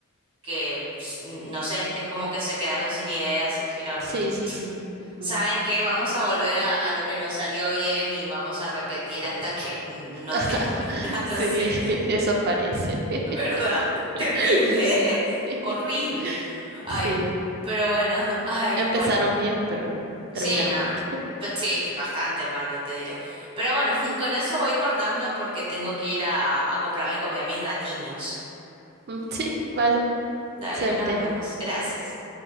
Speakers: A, on the right (about 25°); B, on the right (about 45°).
A: que s- no sé, es como que se quedaron sin ideas y dijeron,
B: Sí, sí, sí. ujú.
A: ¿saben qué? Vamos a volver a, a lo que nos salió bien y vamos a repetir hasta que no
B: <laughs>
A: tengamos <laughs> nada, no
B: Sí,
A: sé.
B: <laughs> eso parece. <laughs>
A: ¿Verdad? <laughs> Terrible,
B: Sí,
A: <laughs>
B: <laughs>
A: horrible. Ay,
B: sí.
A: pero bueno, <laughs> ay,
B: Empezaron
A: bueno.
B: bien, pero
A: Sí,
B: terminaron
A: nada.
B: mal. <laughs>
A: Sí, te- bastante mal, eh, te diré. Pero bueno, <laughs> con eso voy cortando porque tengo que ir a, a comprarle comida a mis gatiños.
B: Mm, Sí, vale.
A: Dale,
B: Suerte.
A: nos vemos. Gracias.